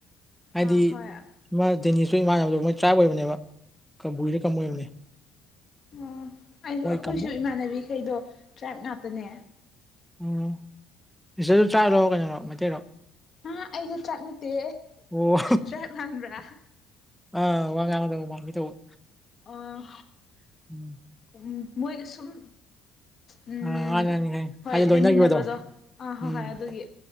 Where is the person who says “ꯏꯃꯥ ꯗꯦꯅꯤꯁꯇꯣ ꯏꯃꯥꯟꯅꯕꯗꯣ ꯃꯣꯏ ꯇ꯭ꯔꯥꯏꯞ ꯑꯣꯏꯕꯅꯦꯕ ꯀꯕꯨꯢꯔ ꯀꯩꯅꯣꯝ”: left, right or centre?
Centre